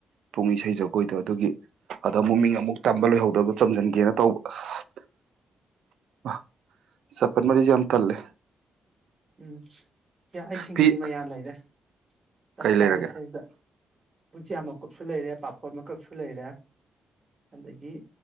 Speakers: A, on the right; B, on the right.
A: ꯄꯨꯡ ꯏꯁꯩ ꯖꯒꯣꯏꯗꯣ ꯑꯗꯨꯒꯤ ꯑꯗꯣ ꯃꯃꯤꯡ ꯑꯃꯨꯛ ꯇꯝꯕ ꯂꯣꯏꯍꯧꯗꯕ ꯆꯟꯁꯤꯟꯒꯦꯅ ꯇꯧꯕ ꯑꯁ ꯆꯄꯜ ꯃꯔꯤꯁꯦ ꯌꯥꯝ ꯇꯜꯂꯦ
B: ꯎꯝ ꯑꯩꯌꯥ ꯑꯩ ꯁꯤꯡꯖꯨꯒꯤ
A: ꯐꯤ
B: ꯃꯌꯥꯜ ꯂꯩꯏꯔꯦ ꯁꯞ
A: ꯀꯩ
B: ꯁꯔꯦ
A: ꯂꯩꯔꯒꯦ
B: ꯐꯗ ꯕꯨꯟꯖꯤꯌꯥ ꯃꯀꯨꯞꯁꯨ ꯂꯩꯔꯦ ꯄꯥꯐꯣꯣꯟ ꯃꯀꯛꯁꯨ ꯂꯩꯔꯦ ꯑꯗꯒꯤ